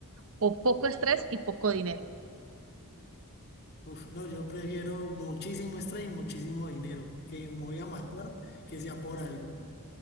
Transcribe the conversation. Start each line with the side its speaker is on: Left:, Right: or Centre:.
Right: o poco estrés y poco dinero.
Left: Uf, no, yo prefiero muchísimo estrés y muchísimo dinero. Que me voy a matar, que sea por algo.